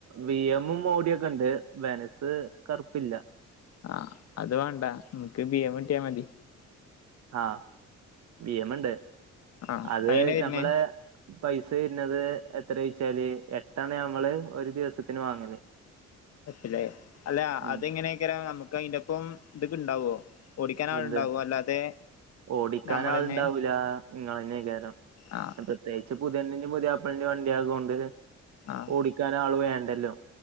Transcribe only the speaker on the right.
വി എമ്മും മോടിയൊക്കെ ഉണ്ട് വെനസ് കറുപ്പില്ല
ആഹ് ബി എമ്മുണ്ട്
അത്
നമ്മളെ പൈസ വരുന്നത് എത്ര യ്ച്ചാല് എട്ടാണ് നമ്മള് ഒരു ദിവസത്തിന് വാങ്ങല്
ഉം
എന്ത്
ഓടിക്കാൻ
ആൾുണ്ടാവൂല്ല നിങ്ങളന്നെ കാരം
പ്രത്യേകിച്ച് പുതിയന്ന മുതിയാപ്പിളിന്റെ വണ്ടിയ ആയത് കൊണ്ട്
ഓടിക്കാൻ ആള് വേണ്ടല്ലോ